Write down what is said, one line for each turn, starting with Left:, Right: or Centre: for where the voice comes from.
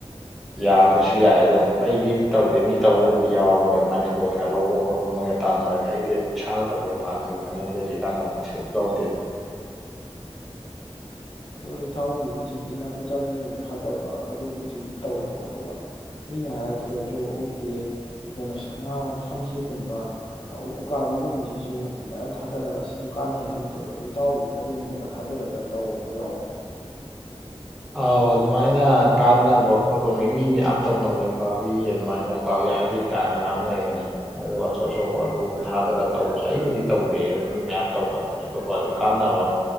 Centre: ꯌꯥꯕꯁꯨ ꯌꯥꯏ ꯑꯗꯣ ꯑꯩꯗꯤ ꯇꯧꯗꯦ ꯃꯤ ꯇꯧꯕꯕꯨꯗꯤ ꯌꯥꯎꯕꯅꯦ ꯑꯗꯨꯃꯥꯏꯅ ꯂꯣꯟꯒ ꯂꯧꯕ ꯈꯣꯠꯄ ꯃꯣꯏꯒ ꯇꯥꯟꯅꯔꯒ ꯑꯩꯗꯤ ꯑꯗꯨꯝ ꯏꯁꯥꯅ ꯇꯧꯖꯕ ꯉꯥꯛꯇꯅꯤꯅ ꯃꯣꯏꯗꯒꯤ ꯇꯥꯟꯅꯕ ꯀꯩꯁꯨ ꯂꯧꯗꯦꯗꯥ
Left: ꯑꯗꯣ ꯏꯇꯥꯎꯒꯤ ꯍꯧꯖꯤꯛꯀꯤ ꯅꯥꯄꯤ ꯆꯥꯕꯤꯒꯨꯝꯕ ꯊꯥꯗꯕ ꯑꯗꯨꯕꯨꯗꯤ ꯇꯧꯔꯦꯀꯣ ꯑꯗꯨꯒ ꯃꯤꯅ ꯍꯥꯏꯔꯛꯄꯗꯁꯨ ꯑꯩꯈꯣꯏꯒꯤ ꯀꯩꯅꯣ ꯉꯥ ꯁꯝꯖꯦꯠꯀꯨꯝꯕ ꯎꯀꯥꯕꯤꯒꯨꯝꯕꯁꯤꯁꯨ ꯃꯌꯥꯝ ꯊꯥꯗꯔꯒ ꯁꯤꯁꯨ ꯀꯥꯟꯅꯩ ꯍꯥꯏꯒꯨꯝ ꯇꯧꯋꯦ ꯑꯗꯣ ꯏꯇꯥꯎꯒꯤꯗꯤ ꯑꯗꯨꯒꯨꯝꯕꯒ ꯊꯥꯗꯔꯒ ꯇꯧ ꯕꯥ ꯌꯥꯎꯕꯔꯣ
Centre: ꯑꯥꯎ ꯑꯗꯨꯃꯥꯏꯅ ꯀꯥꯟꯅꯕ ꯈꯣꯠꯄ ꯃꯤ ꯃꯤ ꯃꯌꯥꯝ ꯇꯧꯅꯕꯅꯦ ꯎꯀꯥꯕꯤ ꯑꯗꯨꯃꯥꯏꯅ ꯎꯀꯥꯕꯤ ꯍꯥꯏꯕꯤ꯭ꯔꯤꯠ ꯀꯥꯏ ꯃꯌꯥꯝ ꯂꯩꯕꯅꯦ ꯑꯗꯨ ꯑꯆꯧ ꯑꯆꯧꯕ ꯑꯗꯨ ꯊꯥꯗꯅ ꯇꯧꯕꯁꯨ ꯑꯩꯕꯨꯗꯤ ꯇꯧꯗꯦ ꯑꯗꯨ ꯃꯤ ꯃꯌꯥꯝ ꯇꯧꯕꯅꯤ ꯑꯗꯨꯞ ꯑꯗꯨ ꯀꯥꯟꯅꯕ